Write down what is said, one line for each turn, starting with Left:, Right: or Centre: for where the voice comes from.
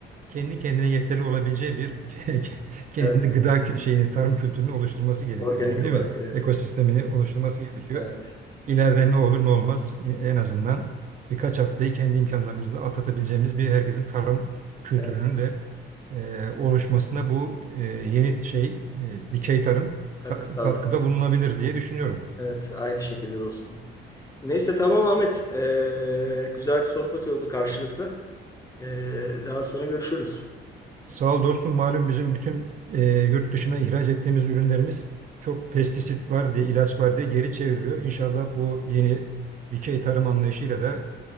Right: kendi kendine yeterli olabileceği bir <laughs> kendi
Left: Evet,
Right: gıda kü- şeyini, tarım kültürünü oluşturması gerekiyor
Left: organik
Right: yani değil
Left: olarak.
Right: mi?
Left: e,
Right: Ekosistemini oluşturması gerekiyor.
Left: Evet,
Right: İleride ne olur ne olmaz e, en azından birkaç haftayı kendi imkanlarımızla atlatabileceğimiz bir herkesin tarım kültürünün
Left: evet.
Right: de e, oluşmasına bu e, yeni şey e, dikey tarım
Left: Katkı
Right: ka-
Left: sağlıyor.
Right: katkıda bulunabilir diye düşünüyorum.
Left: Evet, aynı şekilde dostum. Neyse tamam Ahmet. Ee, güzel bir sohbet oldu karşılıklı. Ee, daha sonra görüşürüz.
Right: Sağ ol dostum. Malum bizim bütün e, yurt dışına ihraç ettiğimiz ürünlerimiz çok pestisit var diye, ilaç var diye geri çevriliyor. İnşallah bu yeni dikey tarım anlayışıyla da